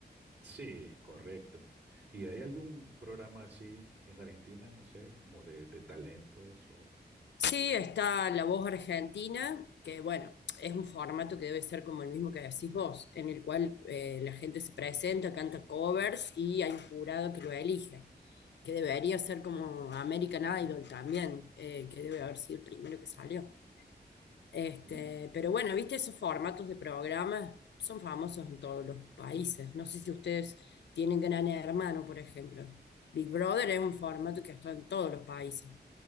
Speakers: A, on the right; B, on the left.
A: Sí, correcto. ¿Y hay algún programa así en Argentina, no sé, como de, de talentos o...
B: Sí, está La Voz Argentina, que bueno, es un formato que debe ser como el mismo que decís vos, en el cual eh, la gente se presenta, canta covers y hay un jurado que lo elige, que debería ser como American Idol también, eh, que debe haber sido el primero que salió. Este,
A: Mm,
B: pero bueno, viste esos formatos de programas son famosos en todos los países. No sé si ustedes tienen Gran Hermano, por ejemplo. Big Brother es un formato que está en todos los países.